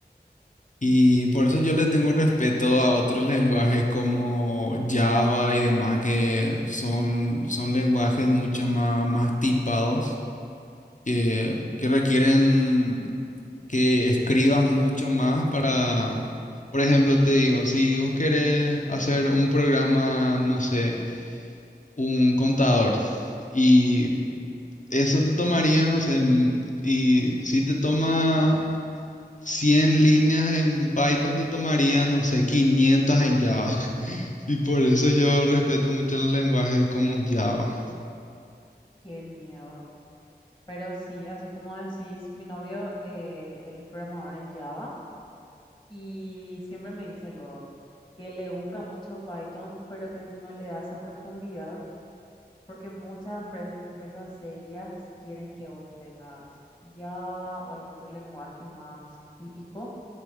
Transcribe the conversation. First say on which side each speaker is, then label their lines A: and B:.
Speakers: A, on the left (about 45°); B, on the left (about 30°).
A: Y por eso yo le tengo respeto a otros lenguajes como Java y demás, que son, son lenguajes mucho más, más tipados, que, que requieren que escribas mucho más para, por ejemplo, te digo, si vos querés hacer un programa, no sé, un contador. Y eso te tomaría, no sé, m- y si te toma 100 líneas en Python, te tomaría, no sé, 500 en Java. <laughs> Y por eso yo respeto mucho el lenguaje como Java.
B: qué miedo. Pero sí, así como decís, mi novio, eh, él es programador en Java y siempre me dice luego que le gusta mucho Python, pero que no le da esa profundidad porque muchas empre- empresas serias quieren que vos tengas Java o algún otro lenguaje más típico